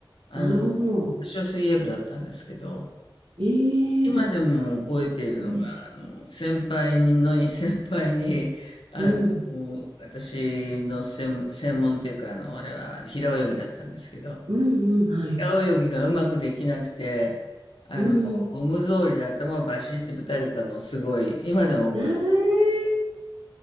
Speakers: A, on the left; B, on the right.
A: あの、
B: なるほど。
A: 私は水泳部だったんですけど、
B: ええ
A: 今でも覚えているのが、
B: うん。
A: あの、先輩にのに、<laughs> 先輩に、
B: うん、
A: もう私の専、専門っていうか、あの、あれは平泳ぎだったんですけど、
B: うん、うん、はい。
A: 平泳ぎがうまくできなくて、あの、
B: うん。
A: ゴム草履で頭をバシッてぶたれたのをすごい、今でも覚えて、
B: ええ